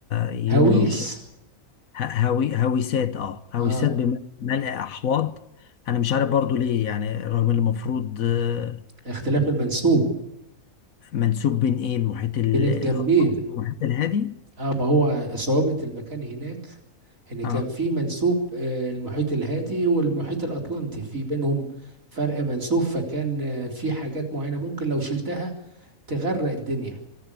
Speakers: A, on the left (about 65°); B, on the right (about 60°).
A: يملوا
B: هويس
A: ه- هوي هويسات اه هويسات
B: اه
A: بملء احواض انا مش عارف برضو ليه يعني رغم اللي المفروض آه،
B: اختلاف المنسوب
A: منسوب بين ايه المحيط ال-
B: بين الجنبين
A: الاطلسي والمحيط الهادي
B: اه ما هو صعوبة المكان هناك ان كان
A: اه
B: في منسوب آه، المحيط الهادي والمحيط الاطلنطي في بينهم فرق منسوب فكان آه، في حاجات معينة ممكن لو شلتها تغرق الدنيا